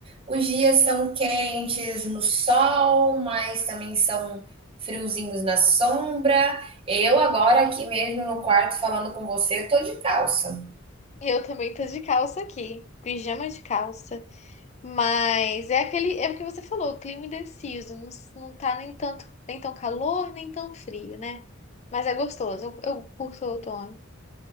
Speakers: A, on the right (about 25°); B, on the left (about 35°).
A: Os dias são quentes no sol, mas também são friozinhos na sombra. Eu agora aqui mesmo no quarto falando com você, tô de calça.
B: Eu também tô de calça aqui, pijama de calça. Mas é aquele, é o que você falou, clima indeciso, não, s- não tá nem tanto, nem tão calor, nem tão frio, né? Mas é gostoso, eu, eu curto o outono.